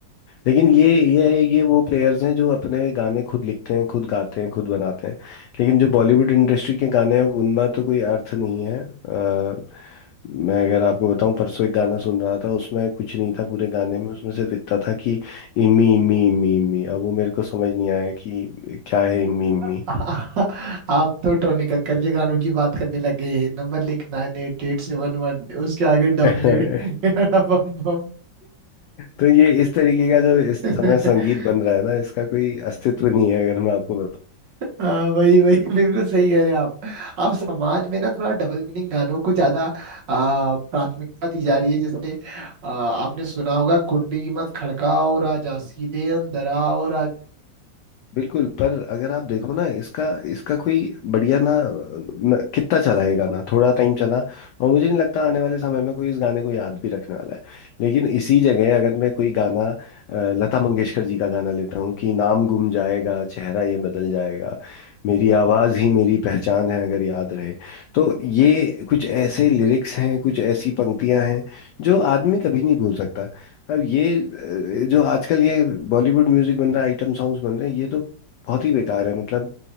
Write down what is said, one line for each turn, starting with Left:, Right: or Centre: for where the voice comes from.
Left: लेकिन ये ये ये वो प्लेयर्स हैं जो अपने गाने खुद लिखते हैं खुद गाते हैं खुद बनाते हैं लेकिन जो बॉलीवुड इंडस्ट्री के गाने हैं उनमें तो कोई अर्थ नहीं है अ, मैं अगर आपको बताऊं परसों एक गाना सुन रहा था उसमें कुछ नहीं था पूरे गाने में उसमें सिर्फ इतना था कि इमी इमी इमी इमी अब वो मेरे को समझ नहीं आया कि क्या है इमी इमी
Right: <laughs> आप तो टोनी कक्कर के गानों की बात करने लग गए हैं नंबर लिख nine eight eight seven one उसके आगे
Left: <laughs>
Right: डम डे बम बम
Left: तो ये इस तरीके का जो इस
Right: <laughs>
Left: समय संगीत बन रहा है ना इसका कोई अस्तित्व नहीं है अगर मैं आपको
Right: हाँ वही वही बिल्कुल सही कह रहे हैं आप आप समाज में ना थोड़ा डबल मीनिंग गानों को ज्यादा आ, प्राथमिकता दी जा रही है जैसे आ, आपने सुना होगा कुंडी मत खड़काओ राजा सीधे अंदर आओ
Left: बिल्कुल पर अगर आप देखो ना इसका इसका कोई बढ़िया ना, ना कितना चला ये गाना थोड़ा टाइम चला और मुझे नहीं लगता आने वाले समय में कोई इस गाने को याद भी रखने वाला है लेकिन इसी जगह अगर मैं कोई गाना अ, लता मंगेशकर जी का गाना लेता हूँ कि नाम गुम जाएगा चेहरा ये बदल जाएगा मेरी आवाज ही मेरी पहचान है अगर याद रहे तो ये कुछ ऐसे लिरिक्स हैं कुछ ऐसी पंक्तियां हैं जो आदमी कभी नहीं भूल सकता अब ये अ, जो आजकल ये बॉलीवुड म्यूजिक बन रहा है आइटम सॉन्ग्स बन रहे हैं ये तो बहुत ही बेकार है मतलब